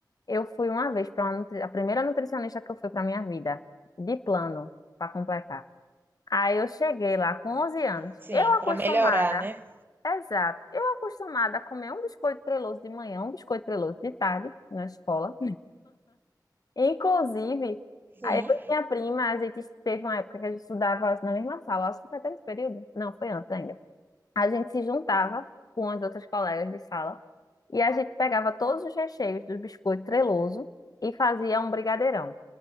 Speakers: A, on the left; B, on the right.
A: eu fui uma vez para uma nutri... a primeira nutricionista que eu fui para minha vida, de plano, para completar. Aí eu cheguei lá com 11 anos.
B: sim.
A: Eu acostumada,
B: Pra melhorar, né?
A: exato, eu acostumada a comer um biscoito treloso de manhã, um biscoito treloso de tarde na escola. Inclusive,
B: Sim.
A: aí eu e minha prima, a gente teve uma época que a gente estudava na mesma sala, acho que foi até nesse período. Não, foi antes ainda. A gente se juntava com as outras colegas de sala e a gente pegava todos os recheios do biscoito treloso e fazia um brigadeirão,